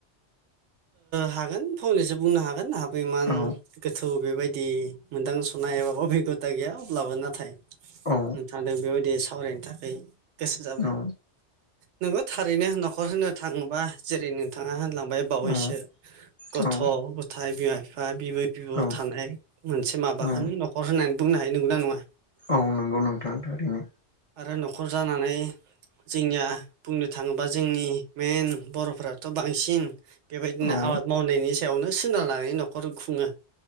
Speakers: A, on the right; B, on the left.
A: हागोन फंनैसो बुंनो हागोन आंहाबो इमान
B: औ
A: गोथौ बेबायदि मोनदांसुनाय एबा अबिगथा गैया अब्लाबो नाथाय
B: औ
A: थादों बेबायदि सावरायनो थाखाय गोसो जाबाय
B: औ
A: नोंगौ थारैनो न'खर होनो थाङोबा जेरै नोंथाङा होनलांबाय बावैसो
B: औ
A: गथ'
B: औ
A: गथाइ बिमा बिफा बिबै बिबौ
B: औ
A: थानाय मोनसे माबाखौनो
B: औ
A: नख खर होननानै बुंनो हायो नंगना नङा?
B: औ नंगौ नोंथां थारैनो।
A: आरो न'खर जानानै जोंनिया बुंनो थाङोब्ला जोंनि मन बर'फ्राथ' बांसिन बेबायदिनो
B: औ
A: आबाद मावनायनि यावनो सोनारनानै न'खर खुङो।